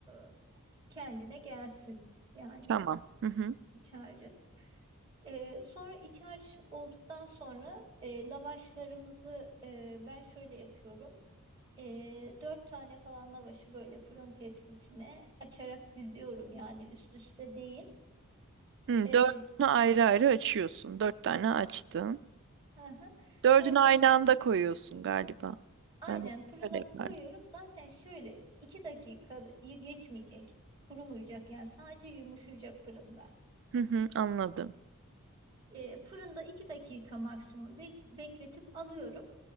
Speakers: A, on the right; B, on the right.
A: e, kendine gelsin yani
B: Tamam. Hı hı.
A: iç harcı. Ee, sonra iç harç olduktan sonra e, lavaşlarımızı e, ben şöyle yapıyorum. E, dört tane falan lavaşı böyle fırın tepsisine açarak diziyorum yani üst üste değil.
B: Hı,
A: E,
B: dördünü ayrı ayrı açıyorsun. Dört tane açtın.
A: hı hı.
B: Dördünü
A: Fırın tepsisi
B: aynı anda koyuyorsun galiba.
A: aynen
B: Ben de
A: fırına
B: öyle yapardım.
A: koyuyorum. Zaten şöyle iki dakikayı geçmeyecek, kurumayacak yani sadece yumuşayacak fırında.
B: Hı hı, anladım.
A: E, fırında iki dakika maksimum bek- bekletip alıyorum.